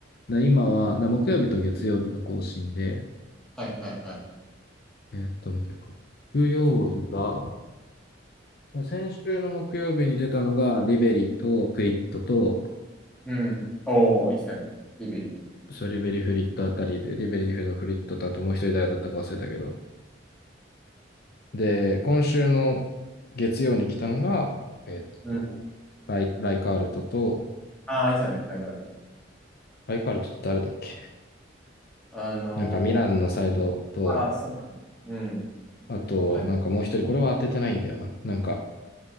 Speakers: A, on the left; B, in the centre.
A: で今は、だ木曜日と月曜日が更新で、
B: はい。はい。はい。
A: えーっと、木曜日が、先週の木曜日に出たのが、リベリとフリットと、
B: うん。おー、言ってたね。リベリ。
A: そう、リベリフリットあたりで、リベリフリットとあともう一人誰だったか忘れたけど、で、今週の月曜に来たのが、えっと、
B: うん。
A: ライ、ライカールトと、
B: ああ、言ってたね。ラグあると。
A: ライカールトって誰だっけ
B: あの
A: なんかミランのサイドと、
B: ー、ああ、そうか。うん。
A: あと、
B: バイ
A: なんかもう一人、これは当ててないんだよな。なんか、